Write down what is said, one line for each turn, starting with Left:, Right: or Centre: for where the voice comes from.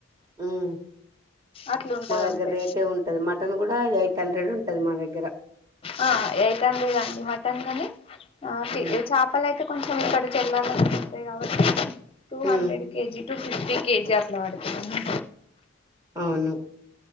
Right: ఉమ్
Left: అట్లుంటది
Right: మా దగ్గర
Left: అంతే
Right: రేటే ఉంటది మట్ న్ కూడా ఎయిట్ హండ్రెడ్ ఉంటది మా దగ్గర
Left: ఆ ఎయిట్ హండ్రెడ్ ఆ అండి మటన్ కని ఆ
Right: ఉమ్
Left: చేపల అయితే కొంచెం ఎక్కడకెళ్ళాలి బ టూ hundred
Right: ఉమ్
Left: kg two fifty kg అట్లపడతాయి
Right: అవును